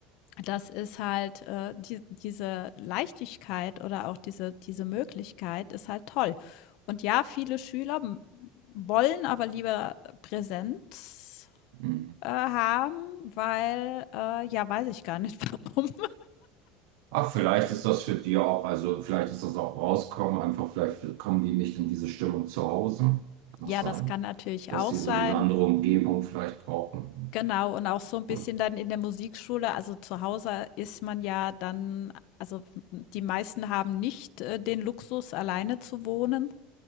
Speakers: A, on the left; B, on the right.
A: das ist halt, äh, die, diese Leichtigkeit oder auch diese, diese Möglichkeit ist halt toll. Und ja, viele Schüler m- wollen aber lieber Präsenz
B: Hm.
A: äh, haben, weil, äh, ja, weiß ich gar nicht <laughs> warum.
B: Ach, vielleicht ist das für die auch, also vielleicht ist das auch rauskommen, einfach vielleicht kommen die nicht in diese Stimmung zu Hause. Kann das
A: Ja,
B: sein?
A: das kann natürlich
B: Dass
A: auch
B: sie
A: sein.
B: so diese andere Umgebung vielleicht brauchen.
A: Genau, und auch so ein bisschen
B: Oder,
A: dann in der Musikschule also, zu Hause ist man ja dann also, die meisten haben nicht, äh, den Luxus, alleine zu wohnen.